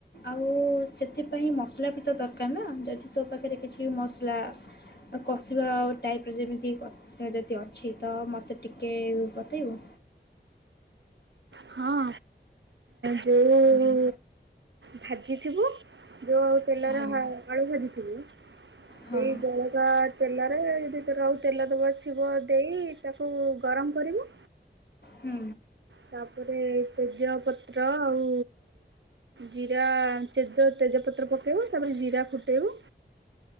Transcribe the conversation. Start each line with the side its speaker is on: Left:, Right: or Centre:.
Left: ଆଉ ସେଥିପାଇଁ ମସଲା ବି ତ ଦରକାର ନା ଯଦି ତୋ ପାଖରେ କିଛି ମସଲା କଷିବା ଟାଇପ୍ର ଯେମିତି ଯଦି ଅଛି ତ ମୋତେ ଟିକେ ବତେଇବ।
Right: ହଁ ଯୋଉ
Left: ହଁ
Right: ଭାଜିଥିବୁ ଯୋଉ ତେଲରେ
Left: ହଁ
Right: ଆଳୁ ଭଜିଥିବୁ
Left: ହଁ
Right: ସେଇ ଜଳ ତେଲରେ ଯଦି ରହୁ ତେଲ ଦେବା ଛିବ ଦେଇ ତାକୁ ଗରମ କରିବୁ।
Left: ହୁଁ।
Right: ତାପରେ ତେଜ ପତ୍ର ଆଉ ଜିରା ତେଜ ତେଜପତ୍ର ପକେଇବୁ ତାପରେ ଜିରା ଫୁଟେଇବୁ।